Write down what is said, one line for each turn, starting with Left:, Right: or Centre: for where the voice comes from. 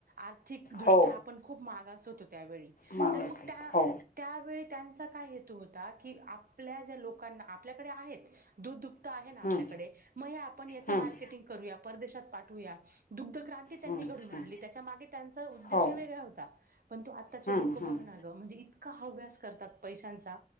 Right: आर्थिक दृष्ट्या
Left: हो
Right: आपण खूप खूप मागास होतो त्यावेळी
Left: मावसले
Right: तर मग त्या
Left: हो.
Right: त्यावेळी त्यांचा काय हो की आपल्या ज्या लोकांना आपल्याकडे आहेत दूध दुपत आहे ना आपल्याकडे
Left: हम्म
Right: मंग यां आपणं याचं
Left: हम्म
Right: मार्केटिंग करूंया परदेशांत पाठवूंया दुग्ध क्रांती त्यांनी
Left: हम्म
Right: घडूंन आणली
Left: हम्म.
Right: त्यांच्या मागे त्यांचा उद्देश
Left: हो.
Right: वेगळां होतां पणं तो आंत्ताचे
Left: हम्म
Right: लोकं
Left: हम्म
Right: बघं नां गं म्हणजे इतकां हव्यांस करतांत पैशांचा